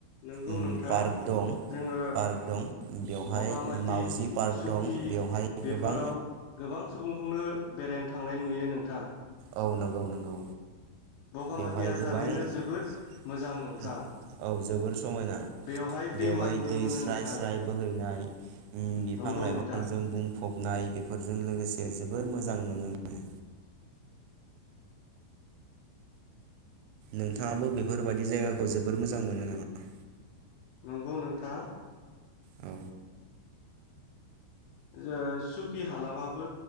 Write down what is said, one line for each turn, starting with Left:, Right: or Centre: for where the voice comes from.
Left: नोंगौ
Right: उम
Left: नोंथां
Right: पार्क दं
Left: जोङो
Right: पार्क दं बेवहाय
Left: बगामाथि
Right: मावजि पार्क
Left: सुकि
Right: दं बेवहाय
Left: बेफोराव
Right: गोबां
Left: गोबां सुबुंखौनो बेरायनो थांनाय नुयो नोंथां।
Right: औ नोंगौ नोंगौ।
Left: बगामाथिया
Right: बेवहाय गोबां
Left: थारैनो
Right: औ
Left: जोबोद मोजां नोंथां
Right: जोबोर समायना
Left: बेवहाय दैमा
Right: बेवहाय
Left: नुनो
Right: दै
Left: मोनो
Right: स्राय
Left: नोंथां
Right: स्राय बोहैनाय उम बिफां
Left: नंगौ
Right: लाइफांजों
Left: नोंथां
Right: बुंफ फबनाय बेफोरजों लोगोसे जोबोर मोजां नुनो मोनो नोंथाङाबो बेफोरबायदि जायगाखौ जोबोर मोजां मोनो नामा
Left: नंगौ नोंथां
Right: औ
Left: जो सुकि हालामाबो